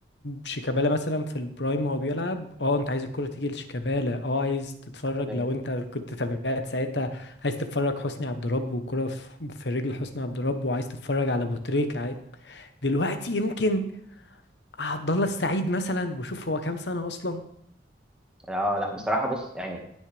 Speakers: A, on the left (about 75°); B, in the centre.
A: شيكابالا مثلا في البرايم وهو بيلعب اه انت عايز الكرة تيجي لشيكابالا اه عايز تتفرج
B: حرفيا
A: لو انت كنت تابعت ساعتها عايز تتفرج حسني عبد رب والكرة في في رجل حسني عبد رب وعايز تتفرج على ابو تريكة عاي- دلوقتي يمكن عبد الله السعيد مثلا وشوف هو كام سنة اصلا
B: اه لا بصراحه بص يعني